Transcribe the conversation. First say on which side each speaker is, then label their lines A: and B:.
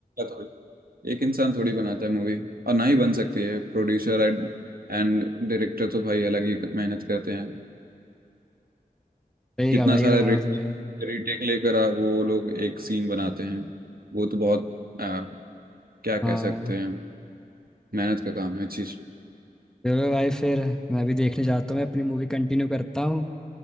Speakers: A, on the right; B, in the centre.
A: थोड़ी एक इंसान थोड़ी बनाता है मूवी और ना ही बन सकती है प्रोड्यूसर एंड एंड डायरेक्टर तो भाई अलग ही मेहनत करते हैं
B: सही
A: कितना
B: कहा भाई
A: सारा
B: ये तो आपने
A: रिटेक लेकर आ- वो लोग एक सीन बनाते हैं वो तो बहुत क्या कह
B: हाँ
A: सकते हैं मेहनत का काम है चीज
B: चलो भाई फिर मैं भी देखने जाता हूँ मैं अपनी मूवी कंटिन्यू करता हूँ